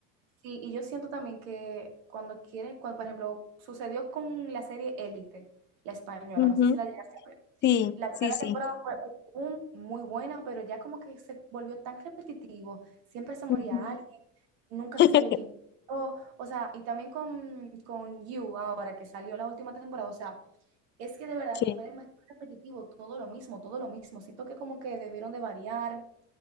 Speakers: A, on the right (about 75°); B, on the left (about 30°).
A: Sí, y yo siento también que cuando quieren, cuando, por ejemplo, sucedió con la serie Élite, la española,
B: Ujú,
A: no sé si la llegaste a ver.
B: Sí,
A: La primera
B: sí, sí.
A: temporada fue un boom, muy buena, pero ya como que se volvió tan repetitivo, siempre se moría
B: Ujú.
A: alguien, nunca
B: <laughs>
A: se sabía quién. O, o sea, y también con, con You ahora que salió la última temporada, o sea, es que de verdad
B: Sí,
A: que fue demasiado repetitivo, todo lo mismo, todo lo mismo. Siento que como que debieron de variar,